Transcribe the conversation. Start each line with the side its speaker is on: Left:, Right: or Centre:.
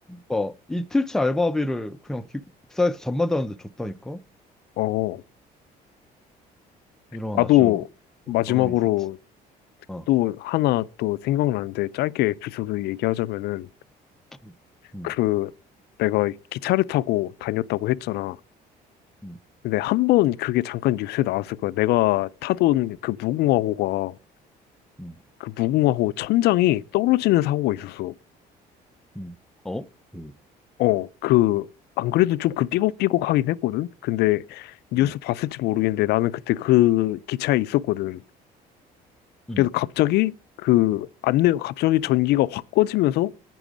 Centre: 그러니까 이틀치 알바비를 그냥 기사에서 잠만 자는데 줬다니까?
Left: 어,
Centre: 이런
Left: 나도
Centre: 아주
Left: 마지막으로
Centre: 경험이 있었지. 어.
Left: 또 하나 또 생각나는데 짧게 에피소드 얘기하자면은
Centre: 음, 음,
Left: 그 내가 기차를 타고 다녔다고 했잖아.
Centre: 음,
Left: 근데 한 번 그게 잠깐 뉴스에 나왔을 거야. 내가 타던 그 무궁화호가
Centre: 음.
Left: 그 무궁화호 천장이 떨어지는 사고가 있었어.
Centre: 음. 어? 음.
Left: 어, 그 안 그래도 좀 그 삐걱삐걱하긴 했거든. 근데 뉴스
Centre: 음,
Left: 봤을지 모르겠는데 나는 그때 그 기차에 있었거든.
Centre: 음,
Left: 그래서 갑자기 그 안내 갑자기 전기가 확 꺼지면서